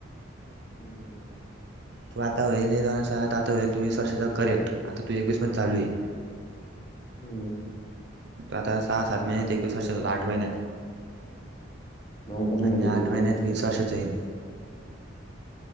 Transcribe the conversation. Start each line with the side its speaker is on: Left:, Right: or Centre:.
Left: <inaudible>
Right: तू आता होईल ये दोन वर्ष त आता आता होईल तू वीस वर्षाचा करेक्ट, आता तू एकवीस मध्य चालू हे.
Left: <inaudible>
Right: तु आता सहा सात महिन्यात एकवीस वर्षाचा होतो आठ महिन्यात.
Left: आठ महिन्यात
Right: अन मी
Left: एकवीस
Right: आठ
Left: वर्ष
Right: महिन्यात वीस वर्षाचा होईन.